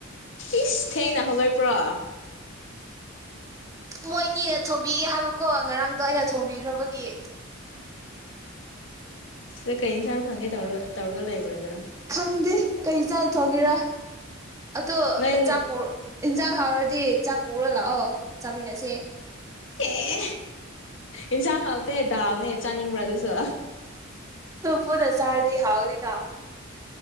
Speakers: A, on the left; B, on the right.
A: ꯏꯤꯁ ꯍꯦꯅꯍꯒꯥꯏ ꯄ
B: ꯃꯣꯏꯅꯤꯅ ꯊꯣꯡꯝꯕꯤꯒꯦ ꯍꯥꯏꯕꯀꯣ ꯉꯔꯥꯡꯗꯣ ꯑꯩꯅ ꯊꯣꯡꯕꯤꯈ꯭ꯔꯕꯒꯤ
A: ꯑ ꯀꯩ ꯌꯦꯟꯁꯥꯡ ꯊꯣꯡꯒꯦ ꯇꯧꯔ ꯇꯧꯔꯒ ꯂꯩꯕ꯭ꯔꯥꯗ
B: ꯈꯪꯗꯦ ꯀꯩ ꯆꯥꯅ ꯊꯣꯡꯒꯦꯔꯥ ꯑꯗꯨꯣ
A: ꯅꯣꯏ
B: ꯆꯥꯄꯨ ꯏꯟꯖꯥꯛ ꯍꯥꯎꯔꯗꯤ ꯆꯥꯛ ꯄꯨꯔ ꯂꯥꯛꯑꯣ ꯆꯥꯃꯤꯟꯅꯁꯦ
A: ꯑꯦ ꯏꯟꯁꯥꯡ ꯍꯥꯎꯇꯦ ꯗꯥꯎꯅꯦ ꯆꯥꯅꯤꯡꯕ꯭ꯔ ꯑꯗꯨꯁꯨ
B: ꯍꯗꯁꯥꯔꯗꯤ ꯍꯥꯎꯔꯤꯗ